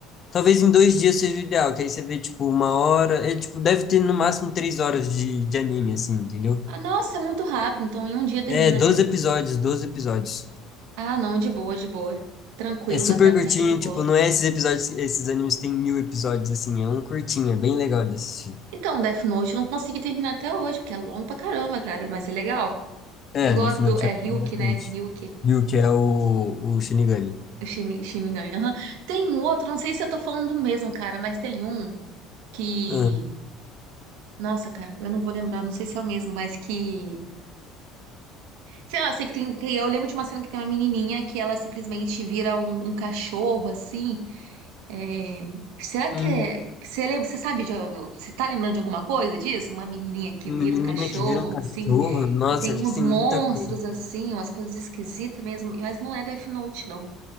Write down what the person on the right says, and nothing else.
Ah, nossa, é muito rápido, então em um dia termina
mesmo.
Ah, não, de boa, de boa. Tranquilo,
dá pra assistir
de boa.
Então, Death Note eu não consegui terminar até hoje, porque é longo pra caramba, cara, mas é legal.
Eu gosto
do. É
Ryuki,
né? Ryuki.
O Shimi- Shinigami. aham. Tem um outro, não sei se eu tô falando do mesmo, cara, mas tem um que.
Nossa, cara, eu não vou lembrar, não sei se é o mesmo, mas que. Sei lá, sei que tem. que Eu lembro de uma cena que tem uma menininha que ela simplesmente vira um, um cachorro, assim. É, será que
é. Você lembra, você sabe de. Você tá lembrando de alguma coisa disso? Uma menininha que
vira um cachorro,
assim,
e tem
uns
monstros,
assim, umas coisas esquisitas mesmo, mas não é Death Note, não.